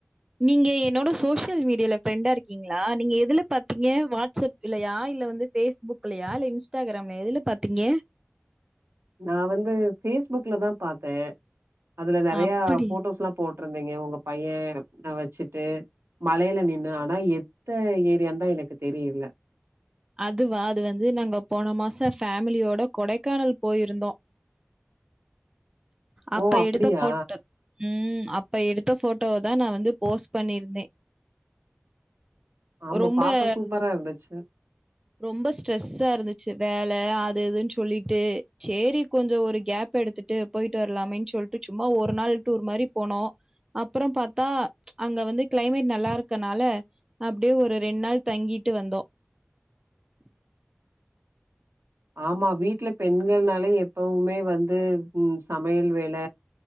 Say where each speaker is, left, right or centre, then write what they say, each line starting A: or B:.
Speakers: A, on the right; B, on the right.
A: நீங்க என்னோட சோசியல் மீடியால ஃப்ரெண்டா இருக்கீங்களா நீங்க எதுல பாத்தீங்க வாட்ஸ்அப் பில்லையா இல்ல வந்து பேஸ்புக்லையா இல்ல இன்ஸ்டாகிராம்லயா எதுல பாத்தீங்க
B: நா வந்து பேஸ்புக்ல தா பாத்தே அதுல நெறையா
A: அப்படி
B: போட்டோஸ்லா போட் இருந்தீங்க உங்க பையேன இப்பதா வச்சுட்டு மலையில நின்னு ஆனா எந்த ஏரியான்தா எனக்கு தெரியல
A: அதுவா அது வந்து நாங்க போன மாசோ ஃபேமிலியோட கொடைக்கானல் போயிருந்தோ அப்ப
B: ஓ அப்டியா
A: எடுத்த போட்டோ ம் அப்ப எடுத்த போட்டோவ தா நா வந்து போஸ்ட் பண்ணியிருந்தே
B: ஆமா
A: ரொம்ப
B: பாக்க சூப்பரா இருந்துச்சு
A: ரொம்ப ஸ்ட்ரெஸ்ஸா இருந்துச்சு வேல அது இதுனு சொல்லிட்டு சேரி கொஞ்ஜோ ஒரு கேப் எடுத்துட்டு போய்ட்டு வரலாமேன்னு சொல்லிட்டு சும்மா ஒரு நாள் டூர் மாரி போனோம் அப்பறம் பாத்தா அங்க வந்து கிளைமேட் நல்லா இருக்கனால அப்டியே ஒரு ரெண் நாள் தங்கிட்டு வந்தோம் <inaudible>
B: ஆமா வீட்ல பெண்கள்னாலே எப்பவுமே வந்து ம் சமையல் வேல